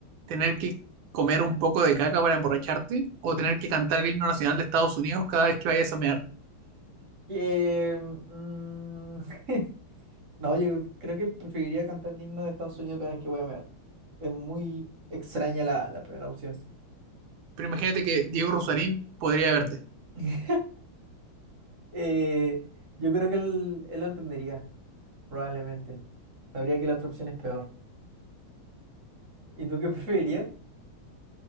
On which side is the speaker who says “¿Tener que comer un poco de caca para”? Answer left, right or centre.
Right